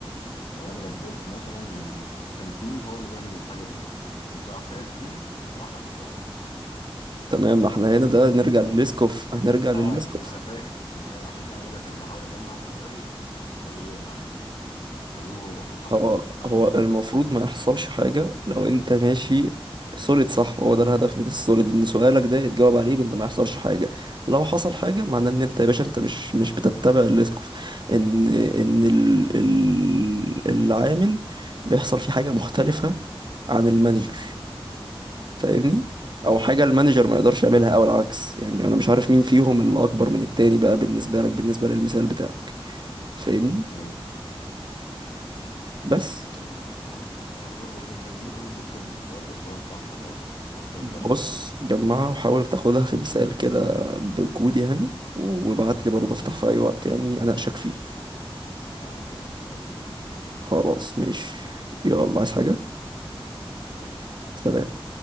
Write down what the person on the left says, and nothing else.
لو انا بدلت مثلا يعني ال- كان سين هو اللي بيعمل الحاجه دي قمت راح فاعل سين قمت راح حاطط صاد
هل
اه د- انا فاهم انا فاهم عشان كده انا بقول لك انا بحاول اجمع سؤال بس ايه ما يعني بجيبه حته حته
فعليا
اه
ايوه
وانا يعني انا برضه ممكن ممكن ما كنتش سالت السؤال صح برضه محتاج
فعلا اشوف
مم.
على طول على طول يا باشا
سلام